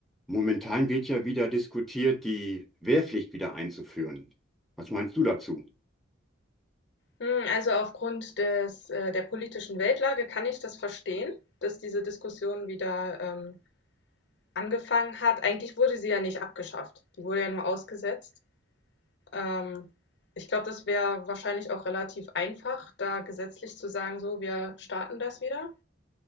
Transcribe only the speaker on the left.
Hm, also aufgrund des äh, der politischen Weltlage kann ich das verstehen, dass diese Diskussion wieder ähm, angefangen hat. Eigentlich wurde sie ja nicht abgeschafft. Die wurde ja nur ausgesetzt. Ähm, ich glaube, das wäre wahrscheinlich auch relativ einfach, da gesetzlich zu sagen, so, wir starten das wieder.